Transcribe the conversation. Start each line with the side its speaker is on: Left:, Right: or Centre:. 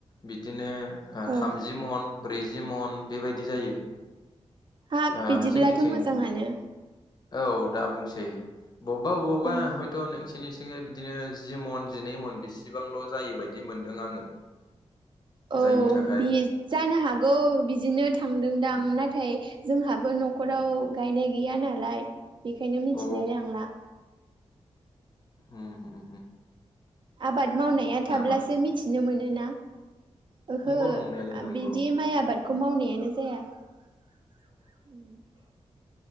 Left: बिदिनो
Right: औ
Left: थामजि मन ब्रैजि मन बेबायदि जायो
Right: हाब
Left: ओ
Right: बिदिब्लाथ'
Left: जोंनिथिं
Right: मोजाङानो
Left: औ दा बुंसै बबेबा बबेबा
Right: औ
Left: हयथ' नोंसि बिनिथिङै बिदिनो जि मन जिनै मन बिसेबांल' जायो बायदि मोनदों आङो
Right: औ
Left: जायनि था
Right: बि जानो हागौ बिदिनो थांदोंदां
Left: उम
Right: नाथाय जोंहाबो न'खराव
Left: औ
Right: गायनाय गैया नालाय बेनिखायनो मिथिलाय
Left: अ
Right: लांला
Left: होम होम होम
Right: आबाद मावनाया थाब्लासो
Left: नामा
Right: मिथिनो मोनोना ओहो
Left: नंगौ नंनायालाय नंगौ
Right: बिदि माइ आबादखौ
Left: उम
Right: मावनायानो जाया <inaudible>